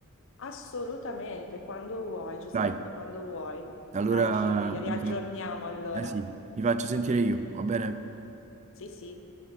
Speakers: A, on the left; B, on the right.
A: Assolutamente, quando vuoi, Giuseppe,
B: Dai,
A: quando vuoi.
B: allora
A: Dai, ci
B: mi
A: riaggiorniamo
B: fa-
A: allora.
B: eh sì, mi faccio sentire io, va bene?
A: Sì, sì.